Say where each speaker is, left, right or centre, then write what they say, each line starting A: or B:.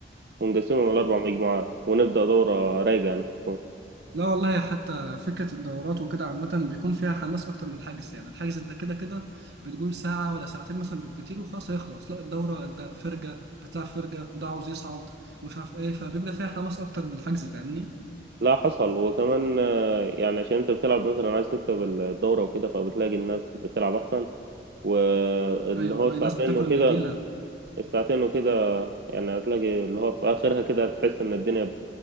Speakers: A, on the right; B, on the right.
A: ونقسمهم على اربع مجموعات ونبدأ دورة رايقة يعني هتكون
B: لا والله حتى فكره الدورات وكده عامه بيكون فيها حماس اكتر من الحجز يعني الحجز انت كده كده بتقول ساعه ولا ساعتين مثلا بالكتير وخلاص هيخلص لا الدوره انت فرجه بتلعب فرجه وده عاوز يصعد ومش عارف ايه فبيبقى فيها حماس اكتر من الحجز فاهمني
A: لا حصل وكمان آه، يعني عشان انت بتلعب مثلا عايز تكسب الدورة وكده فبتلاقي الناس بتلعب احسن واللي
B: ايوه
A: هو
B: رأي
A: الساعتين
B: ناس بتاكل
A: وكده
B: النجيله
A: الساعتين وكده يعني هتلاقي اللي هو في اخرها كده تحس ان الدنيا ب...